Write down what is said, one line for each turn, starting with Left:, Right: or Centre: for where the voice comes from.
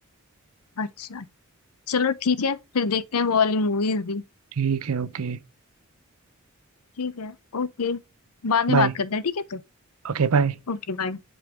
Left: अच्छा चलो ठीक है फिर देखते हैं वो वाली मूवीज भी
Right: ठीक है ओके
Left: ठीक है ओके बाद में
Right: बाय
Left: बात करते हैं ठीक है
Right: Okay bye
Left: तो ओके बाय